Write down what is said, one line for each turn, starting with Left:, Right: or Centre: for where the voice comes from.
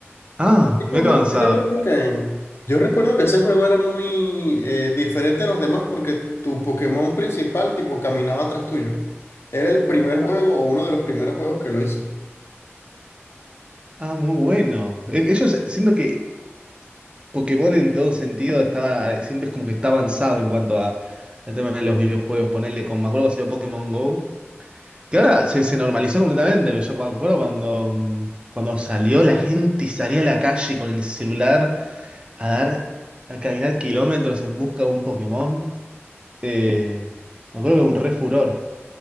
Right: Ah,
Left: Recuerdo-
Right: mira que avanzado.
Left: yo recuerdo que, yo recuerdo que ese juego era muy eh, diferente a los demás porque tu Pokémon principal tipo caminaba atrás tuyo. Era el primer juego o uno de los primeros juegos que lo hizo.
Right: Ah, muy bueno. E- Ellos, siento que Pokémon en todo sentido estaba, siempre es como que está avanzado en cuanto a, al tema de los videojuegos. Ponerle con, me acuerdo que salió Pokémon Go. Que ahora se, se normalizó completamente. pero Yo me acuerdo cuando, mm, cuando salió, la gente salía a la calle con el celular a dar, a caminar kilómetros en busca de un Pokémon. Eh, me acuerdo que era un re furor.